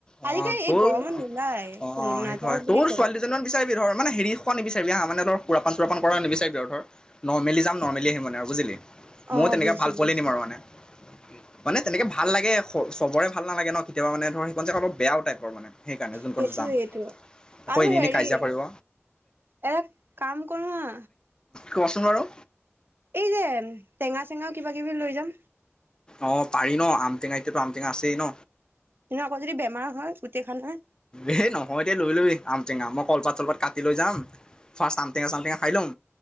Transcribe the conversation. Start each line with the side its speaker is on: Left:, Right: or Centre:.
Left: অ
Right: আজিকালি
Left: তোৰ
Right: এই গৰমত নোলাই
Left: অ
Right: কোনো
Left: সেইটো
Right: নাযাওঁ
Left: হয়
Right: বুলি
Left: তোৰ
Right: কয়।
Left: ছোৱালী দুজনীমান বিচাৰিবি ধৰ মানে হেৰি খোৱা নিবিচাৰিবি হা মানে সুৰাপান -চোৰাপন কৰা নিবিচাৰিবি আৰু ধৰ নৰ্মেলি যাম নৰ্মেলি আহিম মানে, আৰু বুজিলি মইয়ো
Right: অ
Left: তেনেকা
Right: বুজিছো
Left: ভাল
Right: বুজিছো
Left: পোৱালী নিব নোৱাৰো মানে মানে তেনেকে ভাল লাগে। চবৰে নালাগে ন, কেতিয়াবা মানে ধৰ সেখন যে অলপ বেয়া টাইপৰ মানে সেইকাৰণে, যোনকন
Right: সেইটোয়েইটো
Left: যাম আকৌ
Right: আৰু
Left: এনেই
Right: হেৰি
Left: এনেই কাজিয়া কৰিব
Right: এটা কাম কৰো হা
Left: কোৱাচোন বাৰু
Right: এই যে, টেঙা -চেঙাও কিবা কিবি লৈ যাম।
Left: অ পাৰি ন, আমটেঙা এতিয়াতো আম টেঙা আছেই ন।
Right: কিন্তু আকৌ যদি বেমাৰ হয় গোটেইখনৰ য়ে
Left: এই নহয় দে লৈ লবি, আমটেঙা মই কলপাত চলপাত কাটি লৈ যাম, ফাৰ্ষ্ট আমটেঙা চামটেঙা খাই ল'ম,